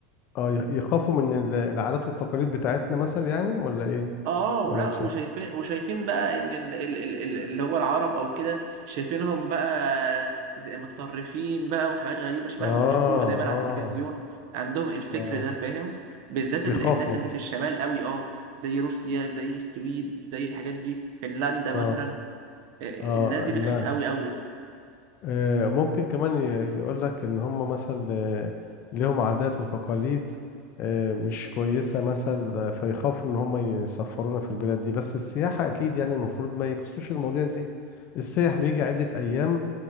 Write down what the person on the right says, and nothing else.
اه ولا
وشايفين وشايفين بقى ان ال- ال- ال- ال- اللي هو العرب او كده شايفينهم بقى متطرفين بقى وحاجات غريبه شبه
ما بيشوفوه دايما على
التلفزيون عندهم الفكر
ده فاهم بالذات
ال- الناس اللي في الشمال قوي اه زي روسيا زي السويد زي الحاجات دي فنلندا مثلا
آه،
الناس دي
بتخاف قوي قوي